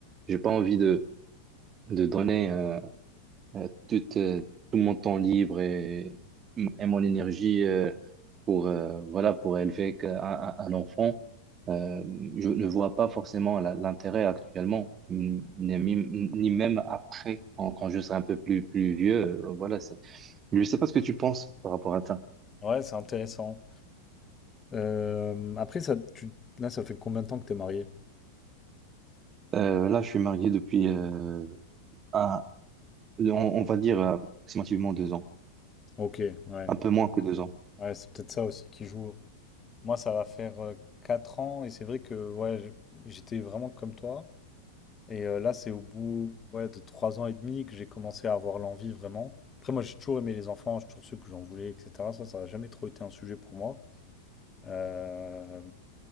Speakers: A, on the right; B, on the left.
A: j'ai pas envie de, de donner. euh, euh, toute, euh, tout mon temps libre et, et mon énergie euh, pour, euh, voilà, pour élever qu'un- un, un enfant. Euh, je ne vois pas forcément la- l'intérêt actuellement, ni, ni ni même après, quand, quand je serai un peu plus, plus vieux. euh, voilà, c'est... Je ne sais pas ce que tu penses par rapport à ça.
B: Ouais, c'est intéressant. Euh, après, ça, tu... là, ça fait combien de temps que t'es marié?
A: Euh, là, je suis marié depuis, euh, un- on, on va dire, approximativement deux ans,
B: Ok, ouais.
A: un peu moins que deux ans.
B: Ouais, c'est peut-être ça aussi qui joue. Moi, ça va faire euh, 4 ans et c'est vrai que ouais, je- j'étais vraiment comme toi. Et euh, là, c'est au bout ouais, de trois ans et demi que j'ai commencé à avoir l'envie vraiment. Après, moi, j'ai toujours aimé les enfants, j'ai toujours su que j'en voulais, etc. Ça, ça n'a jamais trop été un sujet pour moi. Euh,